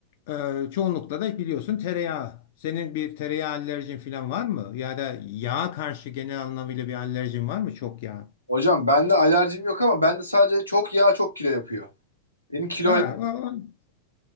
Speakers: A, on the left; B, on the left.
A: E, çoğunlukla da biliyorsun tereyağı. Senin bir tereyağı alerjin falan var mı? Ya da yağa karşı genel anlamıyla bir alerjin var mı? Çok yağ.
B: Hocam bende alerjim yok ama bende sadece çok yağ çok kilo yapıyor. Benim kilo
A: Ha,
B: alerjim.
A: o- o-